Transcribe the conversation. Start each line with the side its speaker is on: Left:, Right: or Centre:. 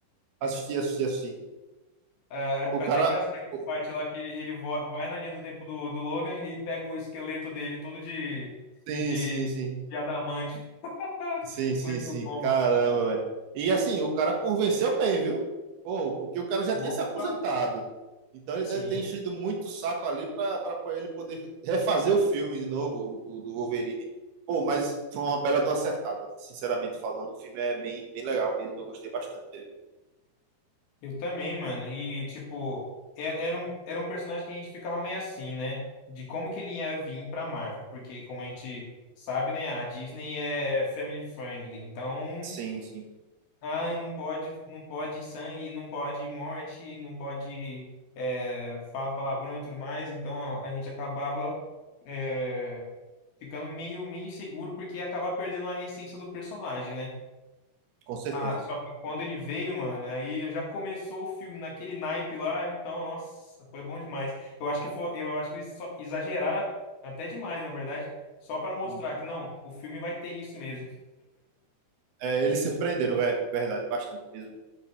Right: Assisti, assisti, assisti.
Left: Ah,
Right: O
Left: foi
Right: cara.
Left: até engraçado aquela
Right: o-
Left: parte lá que ele, ele vo- vai na linha do tempo do, do Logan e pega o esqueleto dele todo de,
Right: Sim,
Left: de,
Right: sim, sim.
Left: de adamante.
Right: Sim,
Left: <laughs>
Right: sim,
Left: Muito
Right: sim.
Left: bom,
Right: Caramba,
Left: mano.
Right: velho. E assim, o cara convenceu bem, viu? Pô, porque o cara já tinha
Left: Opa,
Right: se aposentado. Então ele
Left: sim.
Right: deve ter enchido muito o saco ali para ele poder refazer o filme de novo, do, do Wolverine. Pô, mas foi uma bela de uma acertada. Sinceramente falando, o filme é bem, bem legal mesmo. Eu gostei bastante dele.
Left: Eu também, mano. E, tipo, é- era um, era um personagem que a gente ficava meio assim, né? De como que ele ia vir pra Marvel. Porque, como a gente sabe, né? A Disney é family friendly. Então.
Right: Sim, sim.
Left: Ai, não pode, não pode sangue, não pode morte, não pode é, falar palavrão e tudo mais. Então a gente acabava é, ficando meio, meio inseguro porque ia acabar perdendo a essência do personagem, né?
Right: Com certeza.
Left: Ah, só
Right: Com
Left: que quando
Right: certeza.
Left: ele veio, mano, aí já começou o filme naquele naipe lá, então, nossa, foi bom demais. Eu acho que foi, eu acho que eles só exageraram até demais, na verdade, só pra mostrar
Right: Sim, sim.
Left: que não, o filme vai ter isso mesmo.
Right: É, eles surpreenderam, é verdade, bastante mesmo.